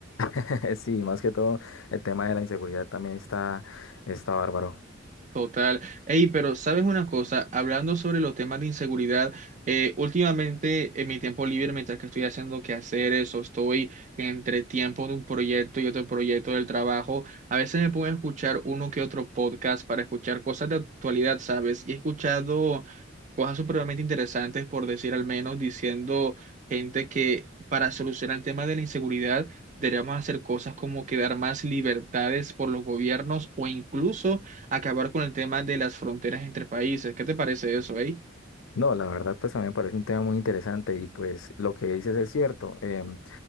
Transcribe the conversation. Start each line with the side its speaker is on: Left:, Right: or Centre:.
Left: <laughs> Sí, más que todo, el tema de la inseguridad también está, está bárbaro.
Right: Total. Ey, pero sabes una cosa, hablando sobre los temas de inseguridad, eh, últimamente en mi tiempo libre, mientras que estoy haciendo quehaceres o estoy entre tiempo de un proyecto y otro proyecto del trabajo, a veces me pongo a escuchar uno que otro podcast para escuchar cosas de actualidad, ¿sabes? Y he escuchado cosas supremamente interesantes, por decir al menos, diciendo gente que para solucionar el tema de la inseguridad deberíamos hacer cosas como que dar más libertades por los gobiernos o incluso acabar con el tema de las fronteras entre países. ¿Qué te parece eso, eh?
Left: No, la verdad, pues a mí me parece un tema muy interesante y pues lo que dices es cierto. em,